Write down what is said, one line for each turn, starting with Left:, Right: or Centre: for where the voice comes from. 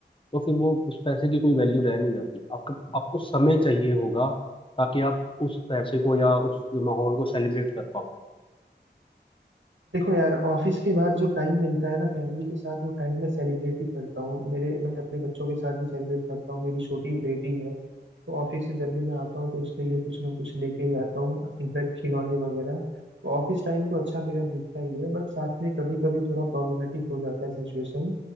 Left: तो फिर वो उस पैसे की कोई वैल्यू रह नहीं जाती आपको आपको समय चाहिए होगा ताकि आप उस पैसे को या उस माहौल को सेलिब्रेट कर पाओ
Right: देखो यार ऑफिस के बाद जो टाइम मिलता है ना फैमिली के साथ वो टाइम मैं सेलिब्रेट ही करता हूँ मेरे मैं अपने बच्चों के साथ भी सेलिब्रेट करता हूँ मेरी छोटी बेटी है तो ऑफिस से जब भी मैं आता हूँ तो उसके लिए कुछ ना कुछ लेके ही आता हूँ इनफैक्ट खिलौने वगैरह तो ऑफिस टाइम तो अच्छा मेरा बीतता ही है बट साथ में कभी कभी थोड़ा प्रॉब्लमेटिक हो जाता है सिचुएशन